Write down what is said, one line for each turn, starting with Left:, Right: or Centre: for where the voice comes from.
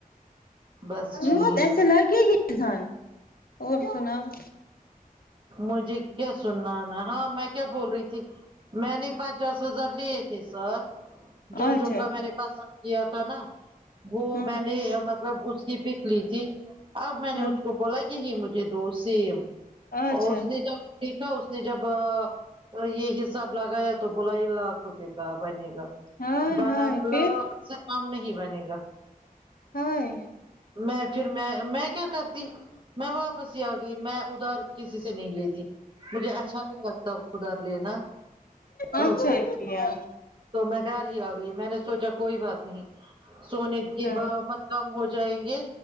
Right: بس
Left: بہت
Right: ٹھیک
Left: ایسے لگے گی دھیان اور سناوں
Right: مجھے کیا سنانا ہے ہاں میں کیا بول رہی تھی میں نے پچاس ہزار لیے تھے سر جو
Left: اچھا
Right: جھمکا میں نے پسند کیا تھا نا وہ
Left: ہوں
Right: میں نے مطلب اس کی پک لی تھی اب میں نے
Left: ہاں
Right: اس کو بولا یہی مجھے دو سیم
Left: اچھا
Right: اور اس نے جب ٹھیکا اس نے جب آ تو یہ حساب لگایا تو بولا یہ لاکھ روپئے کا بنے گا
Left: ہائے
Right: بنالب
Left: ہائے پھر
Right: سے کام نہیں بنے گا
Left: ہائے
Right: میں پھر میں میں کیا کرتی میں واپس ہی آ گئی میں ادھار کسی سے نہیں لیتی مجھے اچھا نہیں لگتا ادھار لینا تو
Left: اچھا کیا
Right: تو میں گھر ہی آ گئی میں نے سوچا کوئی بات نہیں سونے کی
Left: ہاں
Right: بہاو مت کم ہو جائیں گے